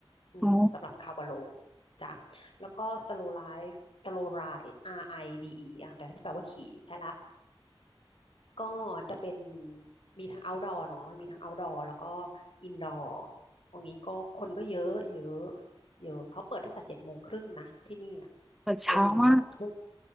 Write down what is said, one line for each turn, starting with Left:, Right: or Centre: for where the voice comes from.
Left: อืมสำหรับคาวบาโล
Centre: โอ้
Left: จ้ะแล้วก็สโลไลฟ์สโลไร R I D E อดีอีอ่ะแปลที่แปลว่าขี่ใช่ละก็จะเป็นมีทั้ง outdoor เนาะมีทั้ง outdoor แล้วก็ indoor ตรงนี้ก็คนก็เยอะเยอะเยอะเขาเปิดตั้งแต่เจ็ดโมงครึ่งนะที่เนี่ย
Centre: เปิดเช้ามาก
Left: จนถึงสองทุ่ม